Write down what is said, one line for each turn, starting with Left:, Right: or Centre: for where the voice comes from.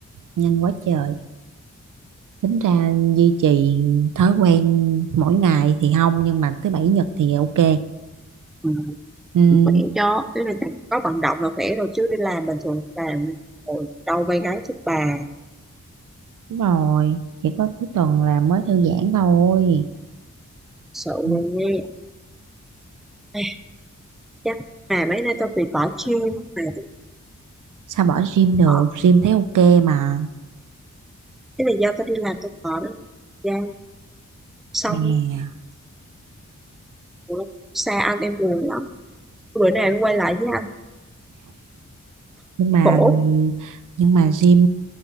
Right: nhanh quá trời tính ra duy trì thói quen mỗi ngày thì không nhưng mà thứ bảy nhật thì ok
Centre: Ừ,
Right: ừ,
Centre: khỏe cho, tức là có vận động là khỏe rồi chứ đi làm bình thường làm Ôi, đâu vay gái sức bà
Right: đúng rồi chỉ có cuối tuần là mới thư giãn thôi
Centre: sợ
Right: Ừ,
Centre: luôn nghe Ai, chắc mà mấy nay tao bị bỏ gym mà tao
Right: sao bỏ gym được
Centre: bỏ
Right: gym thấy ok mà
Centre: cái là do tao đi làm tao bỏ đó ra xong
Right: nè
Centre: Ủa, xa anh em buồn lắm bữa nay em quay lại với anh
Right: nhưng mà
Centre: khổ
Right: nhưng mà gym